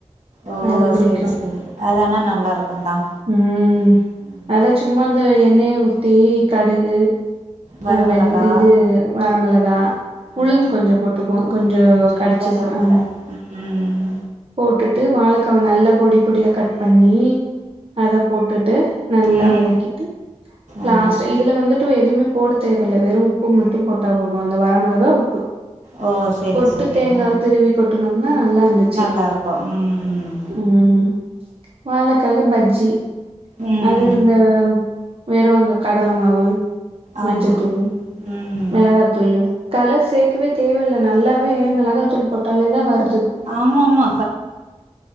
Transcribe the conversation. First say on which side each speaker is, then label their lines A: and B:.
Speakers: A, on the right (about 80°); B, on the right (about 50°).
A: ஓ
B: அது புடிக்கு
A: சரி சரி அதனா நல்லா இருக்கும் தான்
B: ம்
A: ம்
B: அதா சும்மா இந்த எண்ணெய ஊத்தி கடுகு
A: வரமிளகா
B: அ வெந இது வரமிளகா
A: ஆ
B: உளுந்து கொஞ்சம் போட்டுக்கும்
A: உளுந்து
B: கொஞ்சம்
A: கொஞ்சு
B: கடிச்சு
A: கருவேப்பில
B: அ
A: ம்
B: போட்டுட்டு வாழைக்கா
A: ம்
B: நல்ல பொடி பொடியா கட் பண்ணி அத போட்டுட்டு நல்லா
A: ம்
B: வதக்கிட்டு
A: ஆமா
B: லாஸ்ட் இதுல வந்து டு எதுவுமே போட தேவ வெறு உப்பு மட்டு போட்டா போது அந்த வரமிளகா உப்பு
A: ஓ சேரி
B: போட்டு
A: சேரி
B: தேங்கா
A: ஆ
B: திருவி கொட்டுனோம்னா நல்லா இருந்துச்சு
A: நல்லாருக்கு ம்
B: உம் வாழக்கால பஜ் ஜி
A: ம்
B: அது இந்த வெறு அந்த கடல மாவு
A: ஆமா
B: மஞ்சத்தூள்ளு
A: ம்
B: மிளகாத்தூள்ளு கலர் சேர்க்கவே தேவயில்ல நல்லாவே மிளகா தூள் போட்டாலே தா வரு
A: ஆமா ஆமா